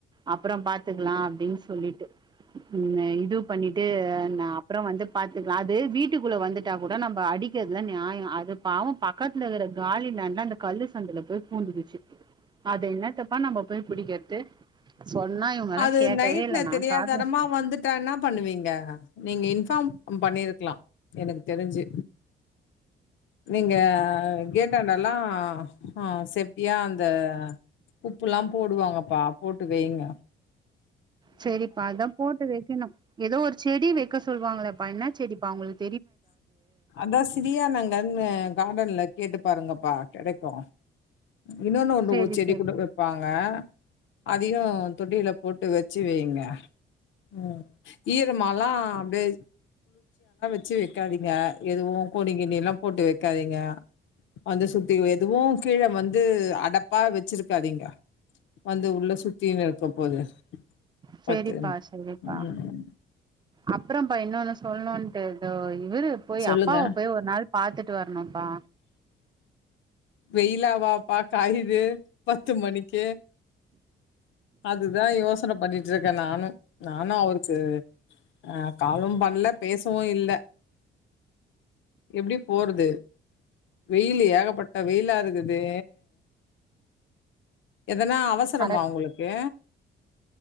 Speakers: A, on the right (about 20°); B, on the left (about 70°).
A: அப்புறோ பாத்துக்கலா அப்டின்னு சொல்லிட்டு உம் இது பண்ணிட்டு நா அப்புறோ வந்து பாத்துக்கலா அது வீட்டுக்குள்ள வந்துட்டா கூட நம்ப அடிக்கிறதுல நியாயோ அது பாவோ பக்கத் துல இருகிற காலி லேண்ட்ல அந்த கல்லு சந்துல போய் பூந்துகிச்சு அது என்னத்தப்பா நம்ப போய் புடிக்கிறது சொன்னா இவங்கல்லா
B: அது
A: கேட்கவே
B: நைட்ல
A: இல்ல நா
B: தெரியாதனமா
A: காதுல
B: வந்துட்டா என்னா பண்ணுவீங்க நீங்க இன் ஃபார்ம் பண்ணிருக்கலா எனக்கு தெரிஞ்சு நீங்க கேட்டாண்டல்லா ஆ செப்டியா அந்த உப்பெல்லா போடுவாங்கப்பா போட்டு வைங்க
A: சேரிப்பா அதா போட்டு வெக்கணு எதோ ஒரு செடி வெக்க சொல்வாங்களப்பா என்ன செடிப்பா உங்ளுக்
B: அதா சிரியா நங்கனு கார்டன்ல கேட்டு பாருங்கப்பா கெடைக்கு இன்னொன்னு ஒன்னு
A: செரி
B: செடி
A: செரி
B: கூட வெப்பாங்க அதயு தொட்டியில போட்டு வெச்சு வைங்க ம் ஈரமால்லா அப்டியே வெச்சு வெக்காதீங்க எதுவு கோணி கீணி எல்லா போட்டு வெக்காதீங்க வந்து சுத்தி எதுவு கீழ வந்து அடப்பா வெச்சிருக்காதீங்க வந்து உள்ள சுத்தியு இருக்க போது
A: செரிப்பா
B: பத்துன்னு
A: செரிப்பா
B: ம்
A: அப்புறோ பா இன்னொன்னு சொல்லணுட்டு எதோ இவரு போய்
B: சொல்லுங்க
A: அப்பாவ போய் ஒரு நாள் பாத்துட்டு வரணும்ப்பா
B: வெயில வாப்பா காயுது பத்து மணிக்கி அதுதா யோசன பண்ணிட்டு இருக்கே நானு நானு அவருக்கு அ காலும் பண்ணல பேசவு இல்ல எப்டி போறது வெயில் ஏகப்பட்ட வெயிலா இருக்குதே எதனா அவசரமா
A: பர
B: உங்களுக்கு